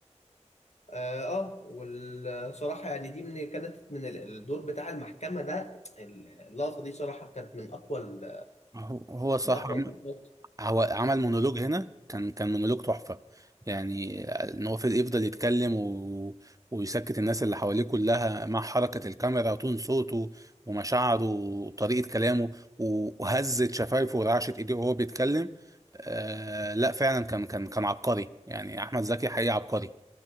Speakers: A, on the left; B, on the right.
A: آه آه، والصراحة يعني دي من كانت من ال- الدور بتاع المحكمة ده ال- اللقطة دي صراحة كانت من أقوى ال-
B: هو هو صح
A: من أقوى اللقطات
B: هو عمل مونولوج هنا كان كان مونولوج تحفة يعني ان هو في- يفضل يتكلم و... ويسكت الناس اللي حواليه كلها مع حركة الكاميرا وتون صوته ومشاعره وطريقة كلامه و- وهزت شفايفه ورعشت ايديه وهو بيتكلم آه لا فعلا كان كان كان عبقري يعني احمد زكي حقيقي عبقري